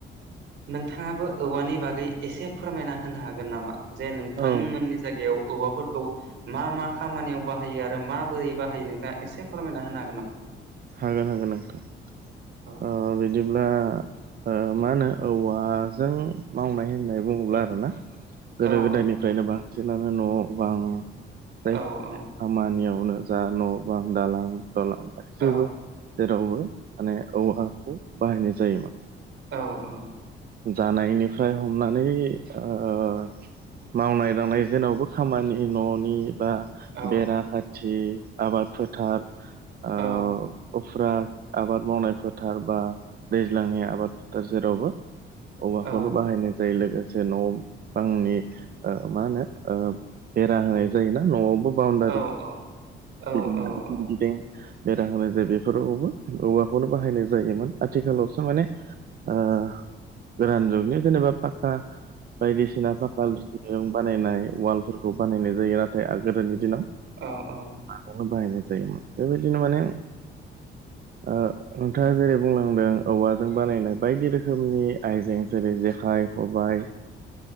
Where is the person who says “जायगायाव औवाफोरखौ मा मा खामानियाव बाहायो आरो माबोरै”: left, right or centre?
Right